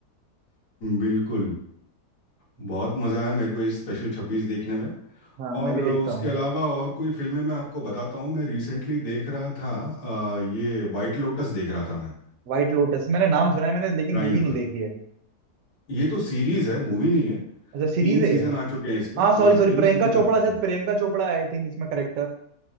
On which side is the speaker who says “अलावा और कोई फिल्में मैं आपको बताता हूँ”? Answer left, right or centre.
Left